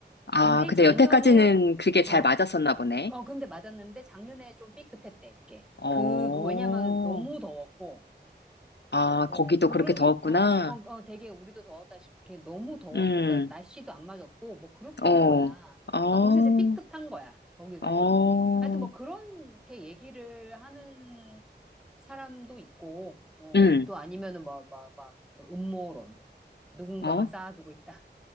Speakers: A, on the left (about 70°); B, in the centre.
A: 아,
B: 근데
A: 근데
B: 작년에,
A: 여태까지는 그게 잘
B: 어,
A: 맞았었나 보네.
B: 어, 근데 맞았는데 작년에 좀 삐끗했대, 그게.
A: 어,
B: 그, 그 왜냐면 너무 더웠고,
A: 아,
B: 어,
A: 거기도
B: 그런
A: 그렇게 더웠구나.
B: 게, 어, 어, 어, 어, 되게 우리도 더웠다시피 이렇게 너무 더워.
A: 음,
B: 그러니까 날씨도 안 맞았고, 뭐 그렇다는
A: 어,
B: 거야.
A: 어,
B: 그러니까 거기서 이제 삐끗한 거야. 거기서.
A: 어,
B: 하여튼 뭐 그렇게 얘기를 하는 사람도 있고, 어,
A: 음.
B: 또 아니면은 뭐, 막, 막, 음모론. 누군가가
A: 어?
B: 쌓아두고 있다.